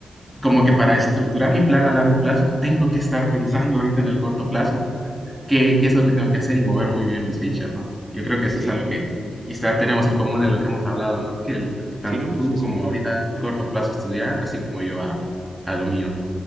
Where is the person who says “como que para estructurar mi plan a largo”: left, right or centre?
Centre